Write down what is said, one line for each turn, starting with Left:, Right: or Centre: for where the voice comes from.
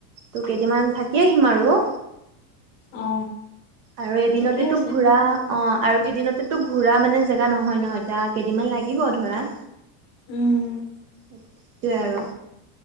Right: তো কেইদিনামান থাকি আহিম আৰু।
Left: অ।
Right: আৰু এদিনতেটো
Left: ঠিকে আছে
Right: ঘূৰা অ আৰু এদিনতেতো ঘূৰা মানে জেগা নহয় ন এতিয়া কেইদিনমান লাগিব ধৰা।
Left: উম।
Right: সেইটোৱে আৰু।